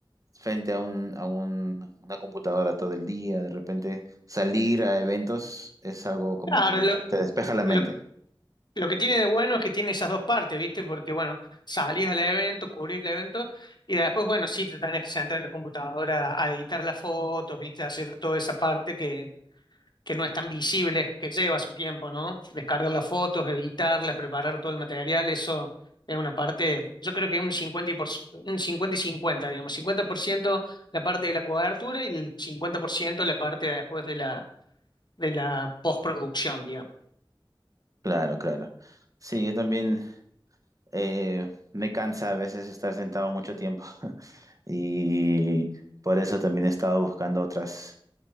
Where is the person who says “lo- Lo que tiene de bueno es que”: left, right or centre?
Left